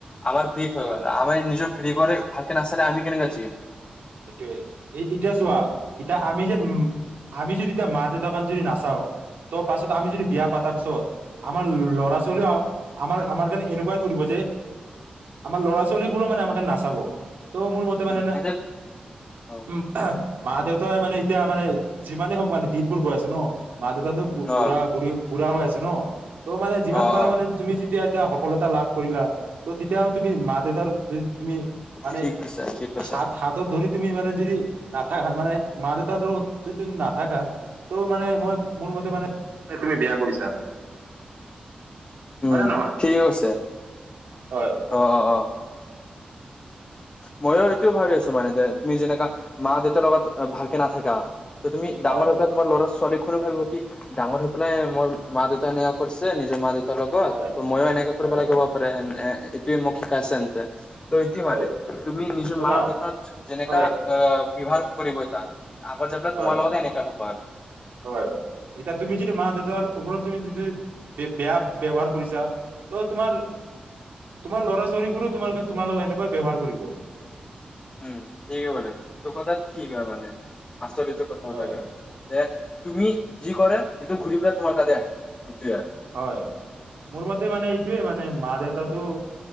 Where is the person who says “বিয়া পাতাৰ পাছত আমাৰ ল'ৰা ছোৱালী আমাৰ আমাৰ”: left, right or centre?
Right